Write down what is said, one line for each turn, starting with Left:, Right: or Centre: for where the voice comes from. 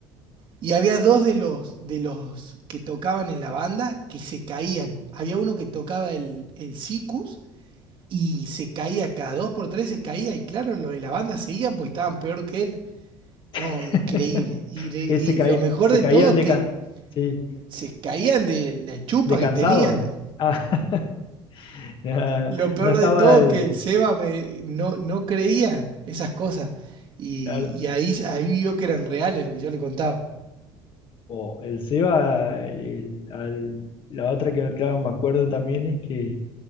Right: Y había dos de los, de los que tocaban en la banda que se caían. Había uno que tocaba el, el sikus y se caía cada dos por tres, se caía. Y claro, los de la banda seguían porque estaban peor que él. No,
Left: <laughs>
Right: increíble. Y, de-
Left: Es
Right: y
Left: Que se, caí-
Right: lo mejor
Left: se
Right: de
Left: caían
Right: todo
Left: de,
Right: que
Left: can- sí,
Right: se caían de la chupa
Left: de cansado.
Right: que tenían.
Left: Ah, <laughs> no,
Right: Lo peor
Left: no estaba
Right: de todo
Left: el...
Right: que el Seba me, no, no creía esas cosas. Y,
Left: Claro.
Right: y ahí, ahí vio que eran reales lo que yo le contaba.
Left: O el Seba, el- al- la otra que claro, me acuerdo también es que